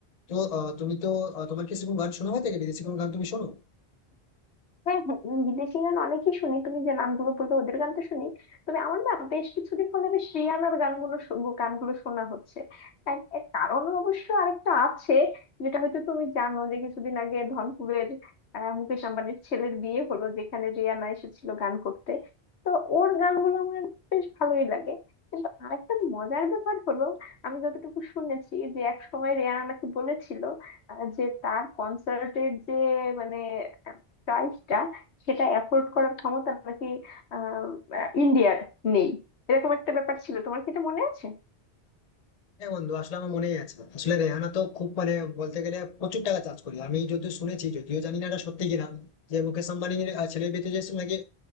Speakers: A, on the left (about 40°); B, on the left (about 80°).
A: তো আহ, তুমি তো আহ, তোমার কি সেরকম গান শোনা হয় থেকে বিদেশি কোনো গান তুমি শোনো
B: হ্যাঁ হ্যাঁ উম, বিদেশি গান অনেকই শুনি তুমি যে নামগুলো বললে ওদের গান তো শুনি তবে আমার না বেশ কিছুদিন হলে বেশ রিয়ানার গানগুলো শু- গু- গানগুলো শোনা হচ্ছে এক এক কারণ অবশ্য আরেকটা আছে যেটা হয়তো তুমি জানো যে কিছুদিন আগে ধনকুবের আহ, মুকেশ আম্বানির ছেলের বিয়ে হলো যেখানে রিয়ানা এসেছিল গান করতে তো ওর গানগুলো আমার বেশ ভালোই লাগে কিন্তু আরেকটা মজার ব্যাপার হলো আমি যতটুকু শুনেছি যে এক সময় রিয়ানা নাকি বলেছিল আহ, যে তার কনসার্টের যে মানে প্রাইসটা সেটা অ্যাফোর্ড করার ক্ষমতা নাকি আহ, আহ, ইন্ডিয়ার নেই এরকম একটা ব্যাপার ছিল তোমার কি এটা মনে আছে
A: হ্যাঁ বন্ধু আসলে আমার মনেই আছে আসলে রেহানা তো খুব মানে বলতে গেলে প্রচুর টাকা চার্জ করে আমি যদিও শুনেছি যদিও জানি না এটা সত্যি কিনা যে মুকেশ আম্বানির আহ, ছেলের বিয়েতে যে নাকি